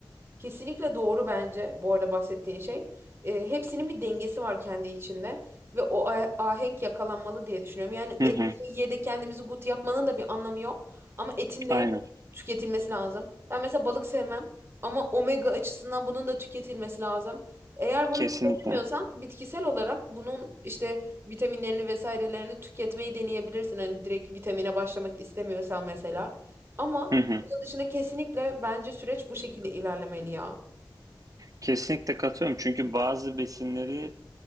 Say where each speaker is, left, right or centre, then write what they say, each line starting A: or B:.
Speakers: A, on the right; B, on the right.
A: Kesinlikle doğru bence bu arada bahsettiğin şey. E, hepsinin bir dengesi var kendi içinde ve o a- ahenk yakalanmalı diye düşünüyorum. Yani
B: Hı
A: et
B: hı.
A: ye de kendimizi gut yapmanın da bir anlamı yok ama etin
B: Aynen.
A: de tüketilmesi lazım. Ben mesela balık sevmem ama omega açısından bunun da tüketilmesi lazım. Eğer bunu
B: Kesinlikle.
A: tüketemiyorsan bitkisel olarak bunun işte vitaminlerini vesairelerini tüketmeyi deneyebilirsin. Hani direkt vitamine başlamak istemiyorsan mesela. Ama
B: Hı hı.
A: dışında kesinlikle bence süreç bu şekilde ilerlemeli ya.
B: Kesinlikle katılıyorum. Çünkü bazı besinleri